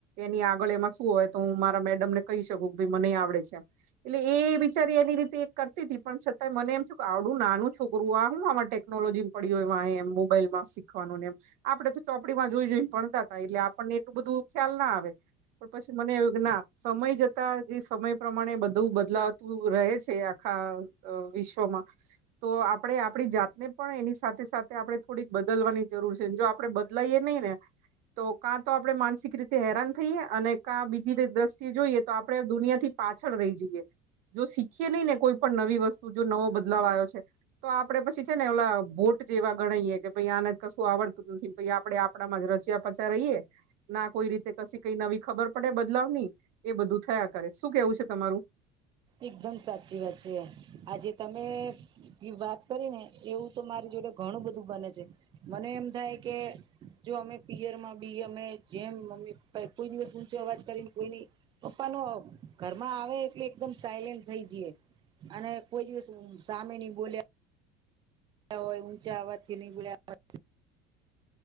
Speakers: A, on the right; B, on the right.
A: એની આગળ એમાં શું હોય તો હું મારા મેડમ ને કહી શકું કે ભાઈ મનેય આવડે છે એમ એટલે એ બિચારી એની રીતે એ કરતી હતી પણ છતાંય મને એમ થતુ કે આવડું નાનું છોકરું આ હુ માટે ટેકનોલોજીમ પડી હોય વાહે એમ મોબાઈલમાં શીખવાનું નેમ આપડે તો ચોપડીમાં જોઈ જોઈને ભણતા તા એટલે આપણને એટલું બધું ખ્યાલ ના આવે, પણ પછી મને એવું કે ના સમય જતા જે સમય પ્રમાણે બધું બદલાતું રહે છે આ ખા અ વિશ્વમાં તો આપડે આપડી જાતને પણ એની સાથે સાથે આપણે થોડીક બદલવાની જરૂર છે જો આપડે બદ લાયે નહી ને તો કાં તો આપણે માનસિક રીતે હેરાન થઈએ અને કાં બીજી દ્રષ્ટિએ જોઈએ તો આપણે દુનિયાથી પાછળ રહી જઈએ જો શીખીએ નહી ને કોઈ પણ નવી વસ્તુ જો નવો બદલાવ આયો છે, તો આપડે પછી છે ને ઓલા ભોટ જેવા ગણાયે કે ભાઈ આને કશું આવડતું નથી, પહિ આપડે આપણામાં જ રચ્યા પચ્યા રહીએ ના કોઈ રીતે કશી કઈ નવી ખબર પડે બદલાવ ની એ બધું થયા કરે શું કેવું છે તમારું?
B: એકદમ સાચી વાત છે. આજે તમે એ વાત કરીને, એવું તો મારે જોડે ઘણું બધું બને છે. મને એમ થાય કે જો અમે પિયર માં બી અમે જેમ મમ્મી પપ્પા કોઈ દિવસ ઊંચો અવાજ કરીને કોઈ ની પપ્પા નો ઘરમાં આવે એટલે એકદમ સાયલેન્ટ થઈ જીએ. અને કોઈ દિવસ સામે ની બોલીયે હોય, ઊંચા અવાજથી નઇ બોલ્યા હોય.